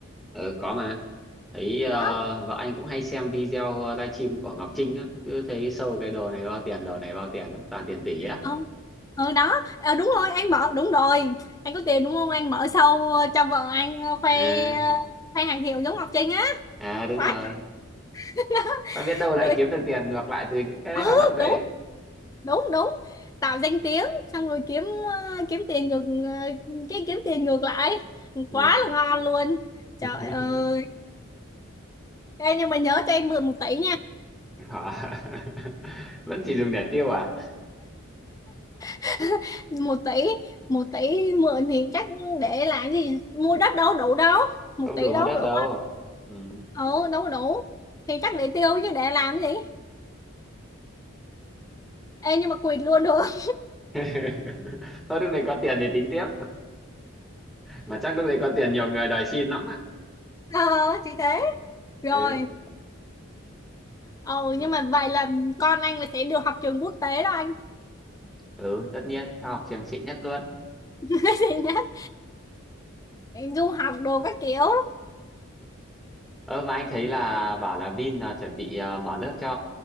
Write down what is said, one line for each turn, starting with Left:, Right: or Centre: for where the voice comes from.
Centre: ừ có mà thấy ờ,
Left: đó
Centre: vợ anh cũng hay xem video ờ, livestream của Ngọc Trinh á cứ thấy sâu cái đồ này bao tiền đồ này bao tiền á toàn tiền tỷ á
Left: ừ, ừ đó Ờ, đúng rồi anh mở đúng rồi anh có tiền đúng không anh mở sâu cho vợ anh khoe
Centre: à,
Left: khoe hàng hiệu giống Ngọc Trinh á
Centre: à đúng
Left: quá
Centre: rồi
Left: <laughs>
Centre: ta biết đâu
Left: rồi
Centre: lại kiếm được tiền ngược lại từ những cái
Left: ừ
Centre: hoạt động đấy
Left: đúng đúng đúng tạo danh tiếng xong rồi kiếm ờ, kiếm tiền ngược ờ, cái kiếm tiền ngược lại
Centre: ừ.
Left: quá là ngon luôn trời
Centre: <laughs>
Left: ơi Ê, nhưng mà nhớ cho em mượn một tỷ
Centre: Hả? <laughs> vẫn chỉ dùng để tiêu à
Left: <laughs> một tỷ một tỷ mượn thì chắc để làm gì mua đất đâu đủ đâu một
Centre: không
Left: tỷ
Centre: đủ
Left: đâu
Centre: mua đất
Left: đủ
Centre: đâu ừ.
Left: ừ đâu đủ thì chắc để tiêu chứ để làm gì ê nhưng mà quỵt luôn được không?
Centre: <laughs> thôi lúc này có tiền thì tính tiếp mà chắc lúc đấy có tiền nhiều người đòi xin lắm á
Left: <laughs> ờ thì thế rồi
Centre: ừ.
Left: ừ
Centre: M-
Left: nhưng mà vậy là con anh là sẽ được học trường quốc tế đó anh <laughs>
Centre: ừ tất nhiên cho học trường xịn nhất luôn
Left: nó sẽ nhất du học đồ các kiểu
Centre: ơ mà anh thấy là bảo là Vin là chuẩn bị ờ, mở lớp cho